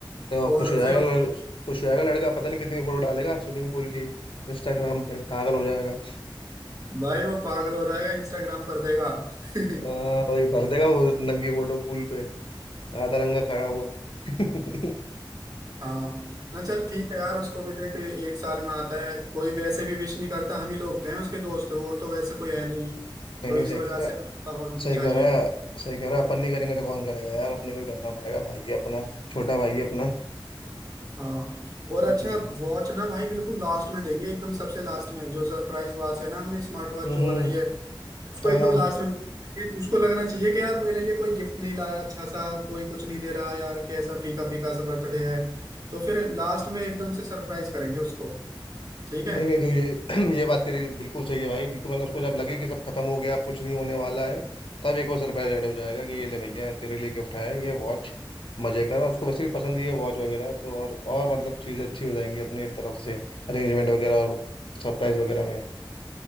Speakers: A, on the left; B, on the right.
A: तो
B: और
A: खुश हो जाएगा
B: फिर
A: लड़- खुश हो जाएगा लड़का पता नहीं कितनी फोटो डालेगा स्विमिंग पूल की इंस्टाग्राम पे पागल हो जाएगा
B: भाई वो पागल हो जाएगा इंस्टाग्राम पर देगा <laughs>
A: आ, भाई भर देगा वो नंगी फोटो पूल पे आधा नंगा खड़ा हुआ <laughs>
B: हाँ ना चल ठीक है यार उसको भी देख एक साल में आता है कोई वैसे भी विश नहीं करता हम ही लोग थे उसके दोस्त और तो वैसे कोई है नहीं
A: नहीं
B: तो
A: नहीं
B: इस
A: सही
B: वजह
A: कह रहा
B: से
A: है
B: होना भी
A: सही
B: चाहिए
A: कह रहा है सही कह रहा है अपन नहीं करेंगे तो कौन करेगा यार अपने को ही करना पड़ेगा भाई है अपना छोटा भाई है अपना
B: हाँ और
A: हम्म
B: अच्छा वॉच ना भाई बिल्कुल लास्ट में देंगे एकदम सबसे लास्ट में जो सरप्राइज वॉच है ना हमने स्मार्ट वॉच
A: हम्म,
B: जो बनाई है उसको
A: हाँ
B: एकदम लास्ट में देंगे। उसको लगना चाहिए कि यार मेरे लिए कोई गिफ्ट नहीं लाया अच्छा सा कोई कुछ नहीं दे रहा यार कैसा फीका फीका सा बर्थडे है तो फिर लास्ट में एकदम से सरप्राइज करेंगे उसको ठीक
A: नहीं
B: है
A: नहीं तो ये <clears throat> ये बात तेरी बिल्कुल सही है भाई बिल्कुल मतलब उसको जब लगे कि सब खत्म हो गया अब कुछ नहीं होने वाला है तब एक और सरप्राइज ऐड हो जाएगा कि ये ले भैया तेरे लिए गिफ्ट है ये वॉच मजे कर और उसको वैसे भी पसंद ही है वॉच वगैरह तो और और मतलब चीजें अच्छी हो जाएंगी अपनी तरफ से अरेंजमेंट वगैरह और सरप्राइज वगैरह में